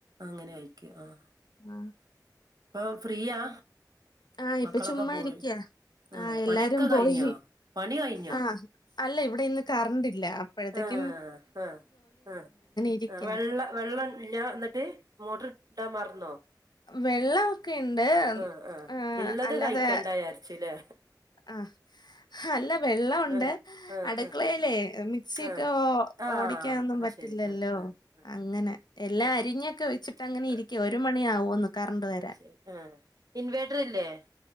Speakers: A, on the right (about 55°); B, on the left (about 70°).
A: അങ്ങനെ ആയിരിക്കും ആഹ
B: ആഹ്
A: അപ്പൊ ഫ്രീയാ
B: ആഹ് ഇപ്പൊ
A: മക്കളൊക്കെ
B: ചുമ്മാ
A: പോയി
B: ഇരിക്കയാ
A: ആഹ്
B: ആഹ എല്ലാരും
A: പണിയൊക്കെ
B: പോയി
A: കഴിഞ്ഞോ പണി കഴിഞ്ഞോ
B: ആ അല്ല ഇവിടെ ഇന്ന് കറണ്ടില്ല അപ്പോഴത്തേക്ക
A: ആ ആ ആ
B: ഇരിക്കാ
A: ആ വെള്ള വെള്ളല്ല എന്നിട്ട് മോട്ടർ ഇടാൻ മറന്നോ
B: വെള്ളമൊക്കെുണ്ട്
A: ആഹ് ആഹ്
B: ഏ
A: ഇള്ളത്
B: അല്ലാതെ
A: കഴിക്കണ്ട വിചാരിച്ചുല്ലേ
B: അ ആ അല്ല വെള്ളം ഉണ്ട്
A: ആഹ് ആഹ്
B: അടുക്കളയിലേ
A: ആഹ്
B: മിക്സിയൊക്കെ
A: ആഹ് ആഹ്
B: ഓടിക്കാനൊന്നും
A: അത്
B: പറ്റില്ലല്ലോ?
A: ശരി ആഹ് ആഹ് ആഹ്
B: അങ്ങനെ എല്ലാം
A: ആഹ്
B: അരിഞ്ഞൊക്കെ വെച്ചിട്ട് അങ്ങനെ ഇരിക്ക വരു മണി ആവോ ഒന്ന് കറണ്ട് വരാ
A: അത് ശരി ആഹ് ഇൻവേർട്ടർ ഇല്ലേ